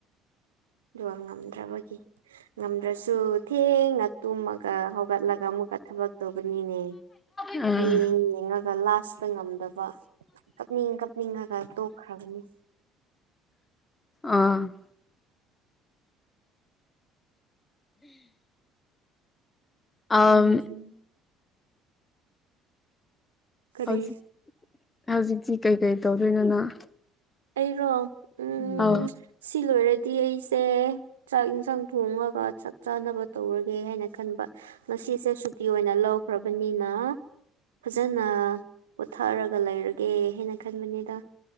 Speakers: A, on the right (about 75°); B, on the left (about 20°).
A: ꯑꯗꯨꯒ ꯉꯝꯗ꯭ꯔꯕꯒꯤ ꯉꯝꯗ꯭ꯔꯁꯨ ꯊꯦꯡꯅ ꯇꯨꯝꯃꯒ ꯠꯂꯒ ꯑꯃꯨꯛꯀ ꯊꯕꯛ ꯇꯧꯕꯅꯤꯅꯦ
B: ꯑꯥ
A: ꯌꯦꯡ ꯌꯦꯡꯉꯒ ꯂꯥꯁ ꯄ ꯉꯝꯗꯕ ꯀꯞꯅꯤꯡ ꯀꯞꯅꯤꯡꯉꯒ ꯇꯣꯛꯈ꯭ꯔꯕꯅꯤ
B: ꯑꯥ <unintelligible> ꯑꯝ
A: ꯈꯪꯗ꯭ꯔꯤ ꯀꯔꯤ
B: ꯍꯧꯖꯤꯛ ꯍꯧꯖꯤꯛꯇꯤ ꯀꯩꯀꯩ ꯇꯧꯗꯣꯏꯅꯣꯅꯪ
A: ꯑꯩꯔꯣ
B: <unintelligible>
A: ꯎꯝ ꯁꯤ ꯂꯣꯏꯔꯗꯤ ꯑꯩꯁꯦ ꯆꯥꯛ ꯌꯦꯟꯁꯥꯡ ꯊꯣꯡꯉꯒ ꯆꯥꯛ ꯆꯥꯅꯕ ꯇꯧꯔꯒꯦ ꯍꯥꯏꯅꯁ ꯈꯟꯕꯣ ꯉꯁꯤꯁꯦ ꯁꯨꯇꯤ ꯑꯣꯏꯅ ꯂꯧꯈ꯭ꯔꯕꯅꯤꯅ ꯐꯖꯅ ꯄꯣꯊꯥꯔꯒ ꯂꯩꯔꯒꯦ ꯍꯥꯏꯅ ꯈꯟꯕꯅꯦꯗ